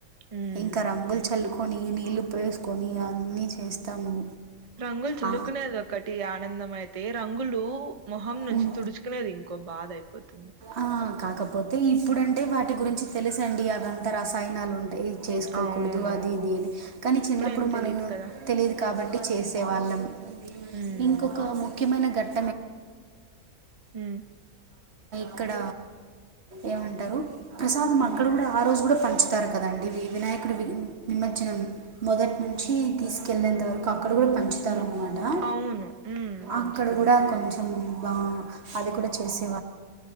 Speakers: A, on the right; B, on the right.
A: హ్మ్.
B: ఇంకా రంగులు చల్లుకొని నీళ్ళు పోసుకొని అన్ని చేస్తాము
A: రంగులు చుల్లుకునేదొకటి
B: ఆ,
A: ఆనందం అయితే రంగులు మొహం నుంచి
B: ఉమ్,
A: తుడుచుకునేది ఇంకో బాధ అయిపోతుంది
B: ఆ, కాకపోతే ఇప్పుడంటే వాటి గురించి తెలుసండి అదంతా రసాయనాలు ఉంటాయి చేసుకోకూడదు
A: అవును.
B: అది ఇది అని కానీ చిన్నప్పుడు
A: ఏం తెలీదు
B: మనకు
A: కదా!
B: తెలియదు కాబట్టి చేసేవాళ్ళం
A: హ్మ్.
B: ఇంకొక ముఖ్యమైన ఘట్
A: మ్
B: క్కడ ఏమంటారు ప్రసాదం
A: హ్మ్.
B: అక్కడ కూడా ఆ రోజు కూడా పంచ తారు కదండి వినాయకుడు నిమజ్జనం మొదటి నుంచి తీసుకెళ్ళేంత వరకు అక్కడ కూడా పంచుతారన్నమా
A: అవును. హ్మ్. పంచుతారు.
B: అక్కడ కూడా కొంచెం బా అది కూడా చేస్